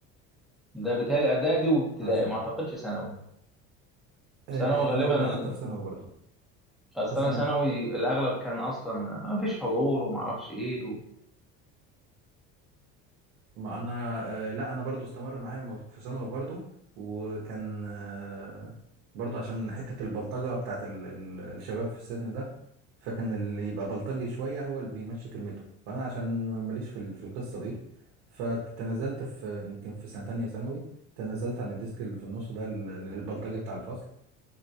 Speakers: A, in the centre; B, on the right.
A: ده بيتهيألي اعدادي وابتدائي
B: عشان
A: ما اعتقدش ثانوي
B: آه
A: ثانوي
B: لا
A: غالبا
B: والله
A: ال...
B: حتى في ثانوي برضه
A: اصل
B: في سنه
A: انا ثانوي الاغلب كان اصلا ما فيش حضور وما اعرفش ايه و...
B: ما انا آه، لا انا برضو استمر معايا الموضوع في ثانوي برضو وكان آه، برضو عشان حتة البلطجة بتاعت ال- ال- الشباب في السن ده فكان اللي يبقى بلطجي شوية هو اللي بيمشي كلمته فانا عشان ماليش في ال- في القصة دي فتنازلت في يمكن في سنة تانية ثانوي تنازلت عن الديسك اللي في النص ده ال- ال- البلطجي بتاع الفصل